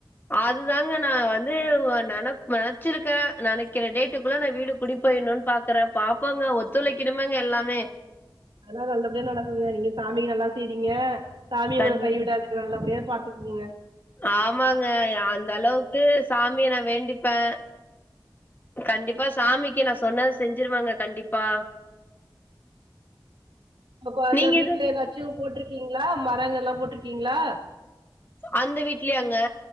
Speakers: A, on the left; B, on the right.
A: அது தாங்க நா வந்து இவ் நெனப் நெனச்சிருக்கே நெனக்கிற டேட்டுக்குள்ள நா வீடு குடி போயிர்ணுன் பாக் கறே பாப்போங்க ஒத்துழைக்கணுமேங்க எல்லாமே.
B: அதலா நல்லபடியா நடக்குங்க நீங்க சாமிக் நல்லா செய்றீங்க சாமி
A: கண்டிப்
B: உங்கள கை விடாது. <unintelligible> நல்லபடியா பாத்துக்குணுங்க.
A: ஆமாங்க ய அந்த அளவுக்கு சாமிய நா வேண்டிப்பே. கண்டிப்பா சாமிக்கு நா சொன்னத செஞ்சிருவங்க கண்டிப்பா.
B: ப்பக் வந்து
A: நீங்க
B: வீட்ல
A: எது
B: எதாச்சு போட்ருக்கிங்ளா மரங்க எல்லா போட்ருக்கிங்ளா?
A: அந்த வீட்லயாங்க?